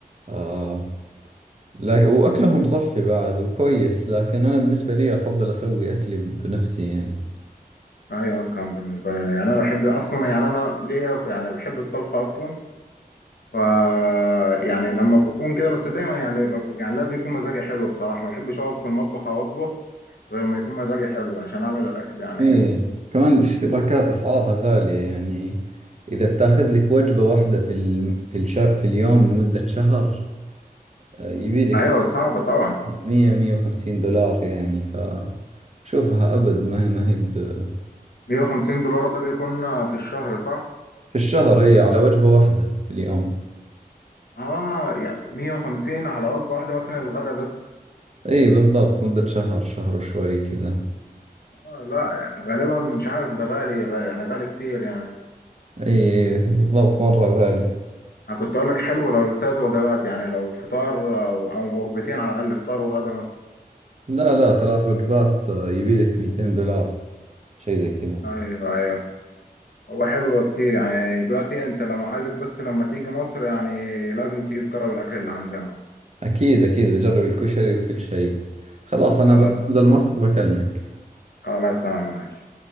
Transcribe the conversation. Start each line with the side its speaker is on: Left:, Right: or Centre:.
Right: آه، لا وأكلهم صحي بعد وكويس لكن أنا بالنسبة لي أفضل أسوي أكلي بنفسي يعني
Left: ايوه انا كان بالنسبه لي يعني انا بحب اصلا يعني انا ليا يعني بحب الطبخ اصلا ف يعني لما بكون كده بس دايما يعني بكون يعني لازم يكون مزاجي حلو بصراحه ما بحبش اقف في المطبخ او اطبخ غير ما يكون مزاجي حلو عشان اعمل الاكل يعني
Right: ايه
Left: كده يعني.
Right: كمان الاشتراكات أسعارها غالية يعني إذا بتاخذ لك وجبة واحدة في ال... في الش... في اليوم لمدة شهر آه، يبي لك
Left: ايوه صعبه طبعا
Right: 100 150 دولار يعني فشوفها أبد ما هي ما هي ب...
Left: 150 دولار ده بيكون في الشهر صح
Right: في الشهر إي على وجبة واحدة في اليوم
Left: اه يعني 150 على وجبه واحده مثلا الغدا بس
Right: إي بالضبط مدة شهر شهر وشوي كذا
Left: اه لا غالبا مش عارف ده غالي غ- يعني غالي كتير يعني
Right: إي بالضبط مرة غالي
Left: انا كنت اقول لك حلو لو التلات وجبات يعني لو الفطار او او وجبتين على الاقل فطار وغدا مثلا
Right: لا لا ثلاث وجبات آه، يبي لك 200 دولار شيء زي كذا
Left: ايوه ايوه هو حلو كتير يعني دلوقتي انت لما عايزك بس لما تيجي مصر يعني لازم تيجي تجرب الاكل اللي عندنا
Right: أكيد أكيد بجرب الكشري وكل شيء خلاص أنا
Left: خلاص
Right: بس مم. أنزل مصر بكلمك
Left: خلاص تمام ماشي